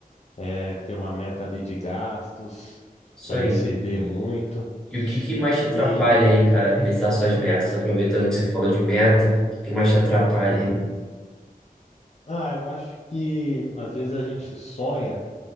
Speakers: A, on the left (about 45°); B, in the centre.
A: é, ter uma meta ali de gastos,
B: Isso
A: para
B: aí.
A: não exceder muito.
B: E o que que mais te atrapalha
A: E, e,
B: aí, cara, realizar suas metas? Aproveitando que você falou de meta, o que que mais te atrapalha aí?
A: ah, eu acho que às vezes a gente sonha.